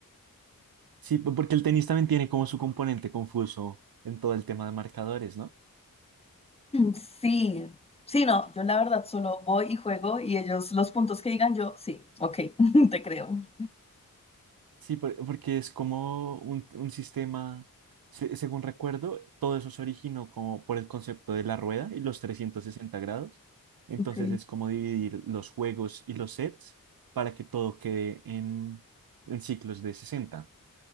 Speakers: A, on the right; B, on the left.
A: Sí, po- porque el tenis también tiene como su componente confuso en todo el tema de marcadores, ¿no?
B: Sí, sí, no, yo la verdad solo voy y juego y ellos los puntos que digan yo, sí, ok, <laughs> te creo.
A: Sí, por- porque es como un, un sistema, se- según recuerdo, todo eso se originó como por el concepto de la rueda y los 360 grados. Entonces
B: Ok,
A: es como dividir los juegos y los sets para que todo quede en, en ciclos de 60.